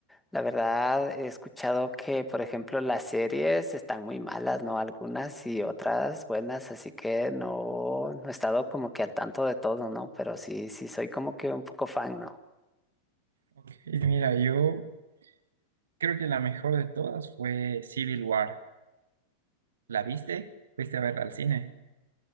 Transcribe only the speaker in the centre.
la verdad he escuchado que, por ejemplo, las series están muy malas, ¿no? Algunas y otras buenas, así que no, no he estado como que al tanto de todo, ¿no? Pero sí, sí soy como que un poco fan, ¿no?